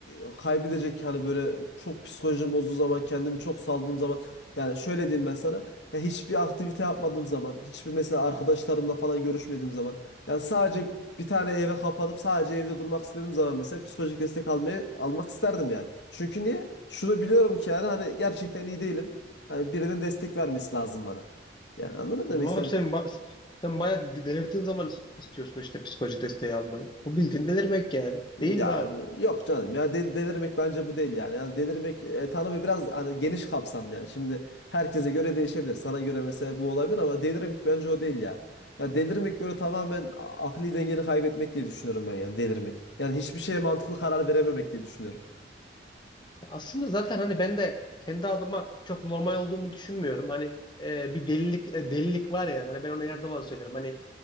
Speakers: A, on the left; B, on the left.
A: e, kaybedecek hani böyle çok psikolojim bozduğu zaman kendimi çok saldığım zaman yani şöyle diyeyim ben sana. Ya hiçbir aktivite yapmadığım zaman, hiçbir mesela arkadaşlarımla falan görüşmediğim zaman yani sadece bir tane eve kapanıp sadece evde durmak istediğim zaman mesela psikolojik destek almayı almak isterdim yani. Çünkü niye? Şunu biliyorum ki yani hani gerçekten iyi değilim. Hani birinin destek vermesi lazım bana. Yani anladın mı demek
B: Ama abi sen ba- sen bayağı delirdiğin zaman is- istiyorsun işte psikolojik desteği almayı. Bu bildiğin delirmek yani. Değil
A: Ya
B: mi abi?
A: yok canım ya del- delirmek bence bu değil yani. Yani delirmek e, tanımı biraz hani geniş kapsamlı yani. Şimdi herkese göre değişebilir. Sana göre mesela bu olabilir ama delirmek bence o değil ya. Ya delirmek böyle tamamen a- akli dengeni kaybetmek diye düşünüyorum ben yani delirmek. Yani hiçbir şeye mantıklı karar verememek diye düşünüyorum.
B: Ya Aslında zaten hani ben de kendi adıma çok normal olduğumu düşünmüyorum. Hani e, bir delilik e, delilik var yani. Hani ben onu her zaman söylerim. Hani